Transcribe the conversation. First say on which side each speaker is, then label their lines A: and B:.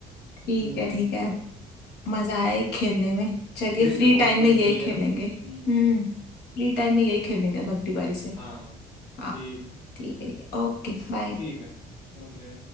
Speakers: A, on the left; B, on the left.
A: ठीक
B: हम्म
A: है ठीक है मजा आया ये खेलने में चलिए
B: ठीक
A: फ्री
B: है बहुत
A: टाइम
B: कुछ
A: में यही
B: खेल लिया
A: खेलेंगे
B: हम्म
A: हम्म फ्री टाइम में यही खेलेंगे भगली बारी से
B: हाँ
A: हाँ
B: ठीक है
A: ठीक है ठीक है ओके बाय
B: ठीक है ओके